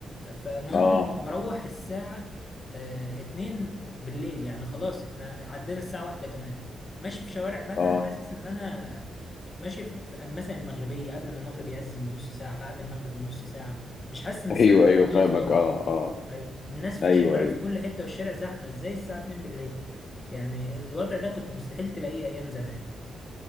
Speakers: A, on the left; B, on the left.
A: فالمهم
B: اه
A: مروح الساعة آه، اتنين بالليل يعني خلاص احنا عدينا الساعة واحدة كمان ماشي في شوارع بنها
B: اه
A: حاسس ان انا ماشي في في مثلا المغربية قبل ما المغرب يأذن بنص ساعة بعد المغرب بنص ساعة مش حاسس ان الساعة
B: ايوه
A: 2
B: ايوه
A: بالليل
B: فاهمك
A: خالص
B: اه اه
A: ايوه الناس في
B: ايوه
A: الشوارع
B: ايوه
A: في كل حتة والشارع زحمة ازاي الساعة 2 بالليل يعني الوضع ده كنت مستحيل تلاقيه ايام زمان